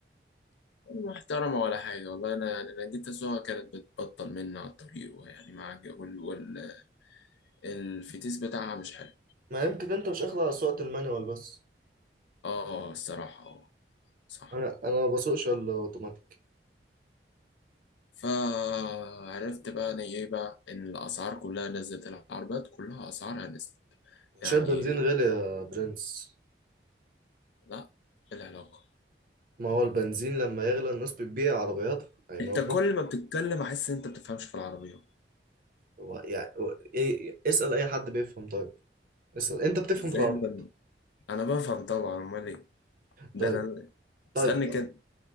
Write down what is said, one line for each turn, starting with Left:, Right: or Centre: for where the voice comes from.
Left: محترمه ولا حاجه والله انا يعني انا جيت اسوقها كانت بتبطل مني على الطريق ويعني مع الج- وال وال الفتيس بتاعها مش حلو
Right: ما يمكن انت مش اخد على سواقة المانيوال بس
Left: اه الصراحه اه صح
Right: انا انا ما بسوقش الا اوتوماتيك
Left: فعرفت بقى انا ايه بقى ان الاسعار كلها نزلت العربيات كلها اسعارها نزلت
Right: انا
Left: يعني
Right: شايف بنزين غالي يا برنس
Left: لا إيه العلاقه
Right: ما هو البنزين لما يغلى الناس بتبيع عربياتها يعني
Left: انت
Right: ما هو
Left: كل ما بتتكلم احس ان انت بتفهمش في العربيه
Right: هو يعني هو إيه اسأل أي حد بيفهم طيب اسأل أنت بتفهم
Left: ازاي
Right: في العربيات
Left: انت انا بفهم طبعا امال ايه ده
Right: طيب
Left: انا
Right: طيب
Left: تسالني كده